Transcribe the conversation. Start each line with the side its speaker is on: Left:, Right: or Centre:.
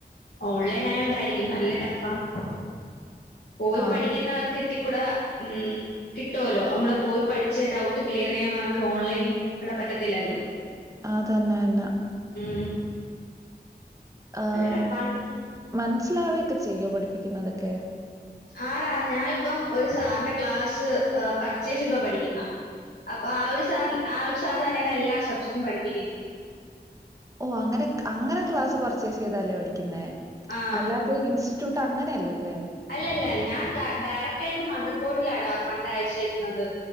Left: ഓൺലൈൻ ആയോണ്ടായിരിക്കും നല്ല ട്ട ഫാണ് പോയി
Right: ആ
Left: പഠിക്കുന്നവർക്ക് <unintelligible> ഉ കിട്ടുമല്ലോ നമ്മള് പോയി പഠിച്ച് ഡൗട്ട് ക്ലിയർ ചെയ്യാ ക്ക് ഓൺലൈൻ ഇവിടെ പറ്റത്തില്ലല്ലോ
Right: ആ തന്നെ തന്നെ
Left: ഉ
Right: ഏഹ്
Left: ടഫാണ്
Right: മനസിലാവേ ക്ക ചെയ്യോ പഠിപ്പിക്കുന്നതൊക്കെ
Left: ആടാ ഞാൻ ഇപ്പം ഒരു സാറിന്റെ ക്ലാസ് പർച്ചേസ് ചെയ്തോ പഠിക്കുന്ന അപ്പആ ഒരു സാർ ആ ഒരു സാറ് തന്നെയാണ് എല്ലാ സബ്ജക്ടും പഠിപ്പിക്കുന്നെ
Right: ഓ അങ്ങനെ അങ്ങനെ ക്ലാസ് പർച്ചേസ് ചെയ്താ ല്ലേ പഠിക്കുന്നേ
Left: ആ
Right: അല്ലാതെ ഇൻസ്റ്റി റ്റ്യൂട്ട് അങ്ങനയലല്ലേ
Left: അല്ലല്ല ഞാൻ ഡയറക്റ്റ് ആയിട്ട് മദർ ബോർഡിലാണ് ഫണ്ട് അയച്ചേക്കുന്നത്